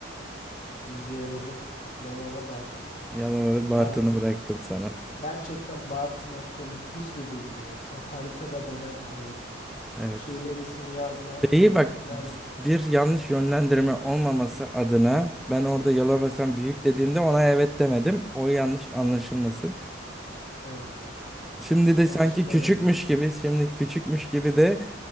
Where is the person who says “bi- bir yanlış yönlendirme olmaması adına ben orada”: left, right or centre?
Centre